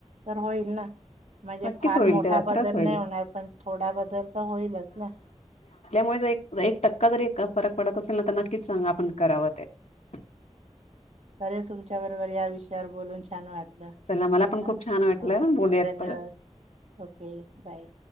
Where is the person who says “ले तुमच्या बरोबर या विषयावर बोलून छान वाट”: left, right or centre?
Right